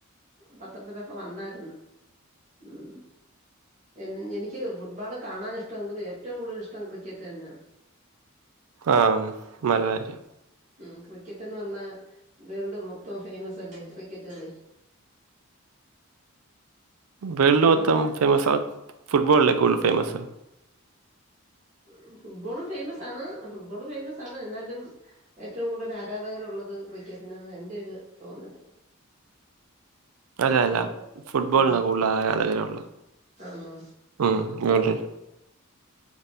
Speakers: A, on the right; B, on the right.
A: പത്രത്തിലൊക്ക വന്നായിരുന്ന് ഉം എൻ എനിക്കേ ഫുട്ബോള് കാണാനിഷ്ടമെങ്കിലും ഏറ്റവും കൂടുതൽ ഇഷ്ടം ക്രിക്കറ്റ് തന്നാണ്.
B: ആം നല്ലകാര്യം.
A: ഉം ക്രിക്കറ്റെന്ന് പറഞ്ഞാ വേൾഡിൽ മൊത്തം ഫേയ്മസ് അല്ലേ ക്രിക്കറ്റുകളി.
B: വേൾഡ്
A: നമുക്ക്
B: മൊത്തം ഫേമസാ ഫുട്ബോളല്ലേ കൂടുതൽ ഫേമസ്.
A: ഈം ഫുട്ബോളും ഫെയ്മസാണ് ഫുട്ബോള് ഫെയ്മസാണ് എന്നാലും ഏറ്റവും കൂടുതലാരാധ് രദ റുള്ളത് ക്രിക്കറ്റിനന്ന് എന്റൊരു തോന്നല്
B: അല്ല
A: അതിന്റെ
B: അല്ല ഫുട്ബോൾനാ
A: അതെ
B: കൂട്ൾ ആരാധകരുള്ളാ
A: ആണോ
B: ഉം എവിടെ